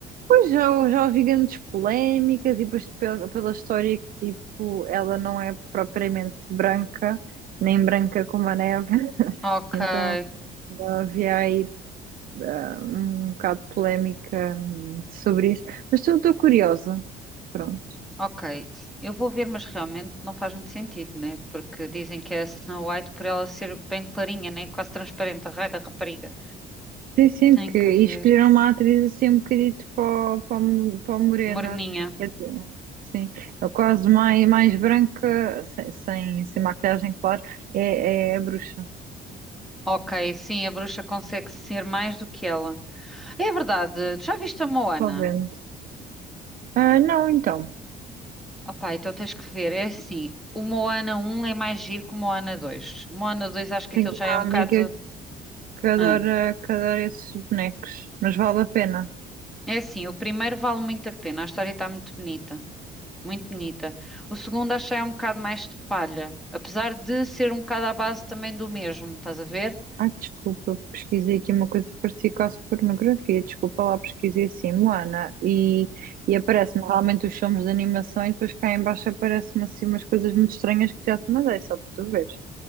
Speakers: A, on the right; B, in the centre.
A: Pois já, já ouvi grandes polémicas e depois pela, pela história que tipo, ela não é propriamente branca, nem branca como a neve. <laughs>
B: Ok.
A: Então,
B: É,
A: não havia aí ah, um bocado polémica hum, sobre isso, mas estou estou curiosa. Pronto.
B: ok. Eu vou ver, mas realmente não faz muito sentido, né? Porque dizem que é a Snow White por ela ser bem clarinha, né? Quase transparente, a raia da rapariga.
A: Sim, sim,
B: Tenho
A: porque
B: que
A: e
B: ver.
A: escolheram uma atriz assim um bocadito para, o- para, o mo- para o Morena,
B: Moreninha.
A: quer dizer, sim, é quase mais, mais branca, sem, sem, sem maquilhagem, claro, é, é a bruxa,
B: Ok, sim, a bruxa consegue ser mais do que ela. É verdade. Já viste a Moana?
A: estou vendo. Ah, não, então,
B: Opa, então tens que ver. É assim, o Moana um é mais giro que o Moana 2. Moana 2 acho que
A: tenho
B: aquilo já
A: uma
B: é um bocado.
A: amiga que adora,
B: Ah,
A: que adora esses bonecos, mas vale a pena.
B: é assim, o primeiro vale muito a pena. A história está muito bonita. Muito bonita. O segundo acho que já é um bocado mais de palha. Apesar de ser um bocado à base também do mesmo. Estás a ver?
A: Ah, desculpa, pesquisei aqui uma coisa que parecia quase pornografia. Desculpa lá, pesquisei assim, Moana, e, e aparece-me realmente os filmes de animação e depois cá em baixo aparece-me assim umas coisas muito estranhas que já te mandei, só para tu veres.